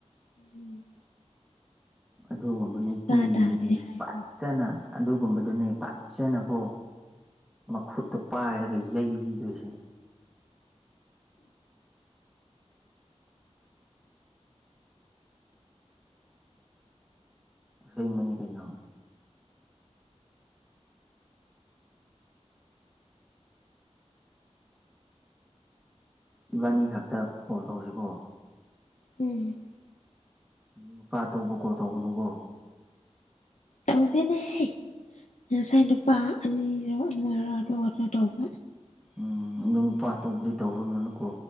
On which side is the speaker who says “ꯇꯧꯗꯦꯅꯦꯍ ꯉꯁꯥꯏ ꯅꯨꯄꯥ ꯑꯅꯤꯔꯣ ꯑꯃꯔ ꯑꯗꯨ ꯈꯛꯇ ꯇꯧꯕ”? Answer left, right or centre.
Left